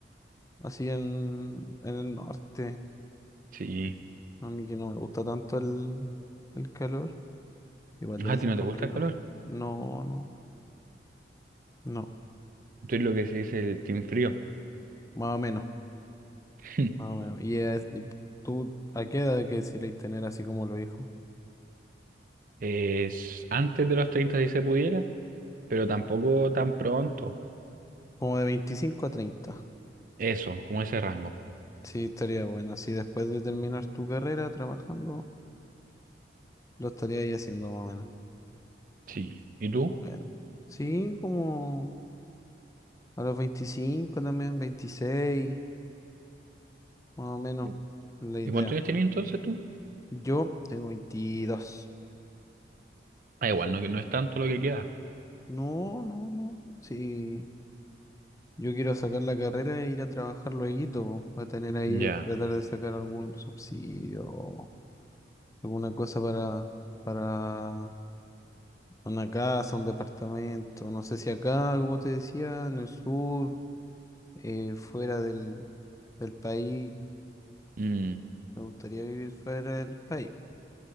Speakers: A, on the left (about 20°); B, on the right (about 50°).
A: así en, en el norte.
B: Sí.
A: A mí que no me gusta tanto el, el calor, igual debe
B: Ah, ¿a ti
A: ser
B: no
A: complicado.
B: te gusta el calor?
A: No, no, no.
B: Tú eres lo que se dice el team frío.
A: Más o menos,
B: <laughs>
A: más o menos. Y es- y tú, ¿a qué edad quisierais tener así como los hijos?
B: Es antes de los treinta si se pudiera, pero tampoco tan pronto.
A: Como de 25 a 30.
B: Eso, como ese rango.
A: Sí, estaría bueno. Así después de terminar tu carrera trabajando, lo estaría ahí haciendo más o menos.
B: Sí. ¿Y tú?
A: Bueno. Sí, como a los 25 también, 26, más o menos
B: Sí.
A: la idea.
B: ¿Y cuántos años tenías entonces tú?
A: Yo tengo 22.
B: Ah, igual, no, que no es tanto lo que queda.
A: No, no, no. Sí, yo quiero sacar la carrera e ir a trabajar lueguito. po. Voy a tener ahí,
B: Ya.
A: tratar de sacar algún subsidio, alguna cosa para, para Una casa, un departamento, no sé si acá, como te decía, en el sur, eh, fuera del, del país.
B: Mm.
A: Me gustaría vivir fuera del país,